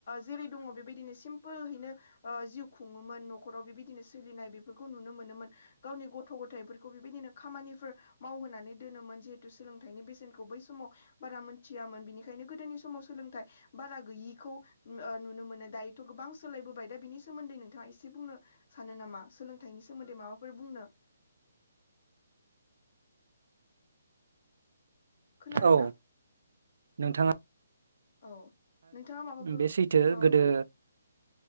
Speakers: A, on the left; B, on the right.
A: जेरै दङ बेबायदिनो सिमपोलहैनो ओ जिउ खुङोमोन न'खराव बेबायदिनो सोलिनाय बेफोरखौ नुनो मोन गावनि गथ' गफोरखौ बेबायदिनो खामानिफोर मावहोनानै दोनोमोन जिहेथु सोलोंथाइनि बेसेनखौ बै समाव बारा मोनथियामोन बिनिखायनो गोदोनि समाव सोलोंथाइ बारा गैयिखौ ओ नुनो मोनो दायोथ' गोबां सोलायबोबाय दा बिनि सोमोन्दै नोंथाङा एसे बुंनो सानो नामा सोलोंथाइनि सोमोन्दै माबाफोर बुंनो- खोनादों
B: औ
A: ना?
B: नोंथाङा
A: औ नोंथाङा माबाफोर
B: बे सैथो
A: ओ
B: गोदो।